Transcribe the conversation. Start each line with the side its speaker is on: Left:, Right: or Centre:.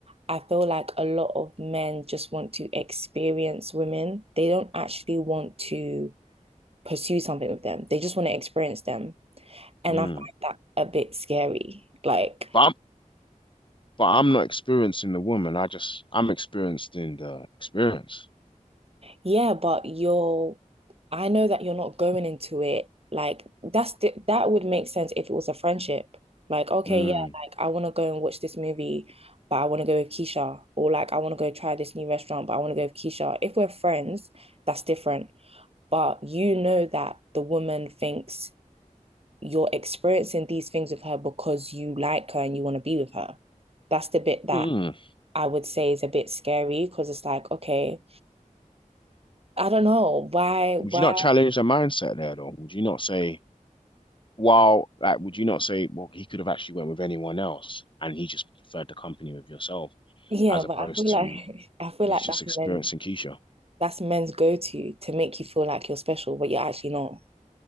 Right: I feel like a lot of men just want to experience women. They don't actually want to pursue something with them. They just want to experience them. And
Left: mm.
Right: I find that a bit scary. Like,
Left: But I'm, but I'm not experiencing the woman. I just I'm experiencing the experience.
Right: Yeah, but you're, I know that you're not going into it. Like that's the, that would make sense if it was a friendship. Like, okay,
Left: Mm.
Right: yeah, like I want to go and watch this movie, but I want to go with Keisha, or like I want to go try this new restaurant, but I want to go with Keisha. If we're friends, that's different. But you know that the woman thinks you're experiencing these things with her because you like her and you want to be with her. That's the bit that
Left: Mm.
Right: I would say is a bit scary because it's like, okay, I don't know why, why.
Left: Would you not challenge the mindset there though? Would you not say, well, like, would you not say, well, he could have actually went with anyone else and he just preferred the company with yourself
Right: Yeah,
Left: as
Right: but
Left: opposed
Right: I feel like
Left: to
Right: <laughs> I feel
Left: he's
Right: like
Left: just
Right: that's
Left: experiencing
Right: men's
Left: Keisha?
Right: that's men's go-to to make you feel like you're special, but you're actually not.